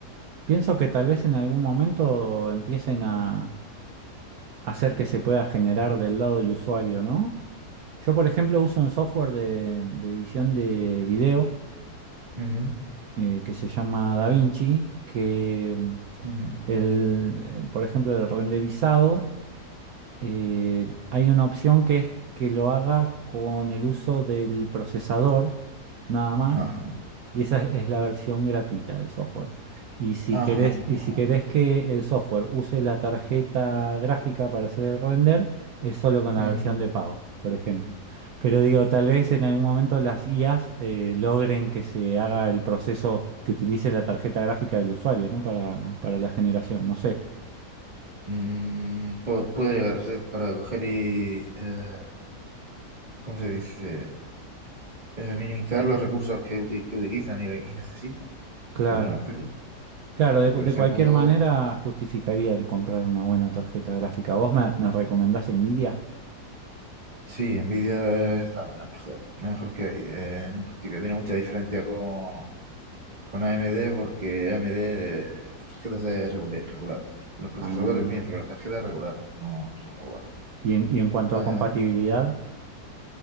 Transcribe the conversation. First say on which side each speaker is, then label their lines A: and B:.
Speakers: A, on the right (about 65°); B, on the right (about 25°).
A: pienso que tal vez en algún momento empiecen a hacer que se pueda generar del lado del usuario, ¿no? Yo, por ejemplo, uso un software de, de edición de video
B: Ujú,
A: eh, que se llama DaVinci, que mm,
B: ujú.
A: el, eh, por ejemplo, el renderizado. eh, hay una opción que es que lo haga con el uso del procesador, nada más,
B: Ajá,
A: y esa es es la versión gratuita del software. Y si
B: ajá,
A: querés, y
B: ajá.
A: si querés que el software use la tarjeta gráfica para hacer el render, es solo con la
B: Mm,
A: versión de pago. Por ejemplo. Pero digo, tal vez en algún momento las IAs eh, logren que se haga el proceso que utilice la tarjeta gráfica del usuario, ¿no? Para, para la generación, no sé.
B: mm, pu- puede llegar a ser para coger y, eh, ¿cómo se dice? Eh, minimizar los recursos que, uti- que utilizan y, y necesitan.
A: Claro.
B: Podrían hacerlo, sí.
A: Claro, de,
B: porque
A: cu-
B: de
A: de
B: ese
A: cualquier
B: modo...
A: manera justificaría el comprar una buena tarjeta gráfica. ¿Vos me, me recomendás Nvidia?
B: Sí, Nvidia es la, la mejor, la mejor que hay. eh, en un principio tiene mucha diferencia con, con AMD porque AMD eh, las tarjetas es regular, regular. Los procesadores
A: Ah,
B: bien, pero las tarjetas regulares no, no son muy buenas.
A: y en, y en cuanto
B: Eh,
A: a compatibilidad,